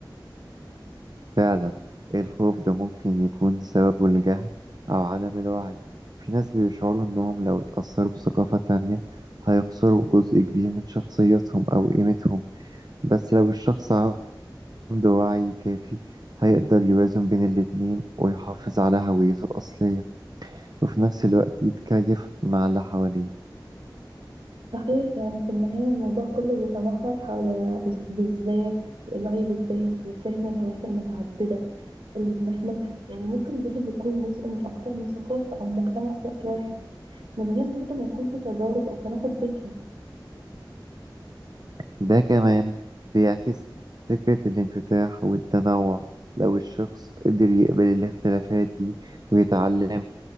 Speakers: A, on the right (about 55°); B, on the right (about 80°).
A: فعلا الخوف ده ممكن يكون سببه الجهل أو عدم الوعي في ناس بيشعروا إنهم لو اتأثروا بثقافة تانية هيخسروا جزء كبير من شخصيتهم أو قيمتهم بس لو الشخص عنده وعي كافي هيقدر يوازن بين الاتنين ويحافظ على هويته الأصلية وفي نفس الوقت يتكيف مع اللي حواليه
B: صحيح يعني في النهاية الموضوع كله بيتمحور حول إز- بالذات الوعي بالذات وفهم الهويات المتعددة اللي بنحملها يعني ممكن الواحد يكون جزء من أكتر من ثقافة أو مجتمع في وقت واحد من غير برضه ما يكون في تضارب أو تناقض بينهم
A: ده كمان بيعكس فكرة الانفتاح والتنوع لو الشخص قدر يقبل الاختلافات دي ويتعلم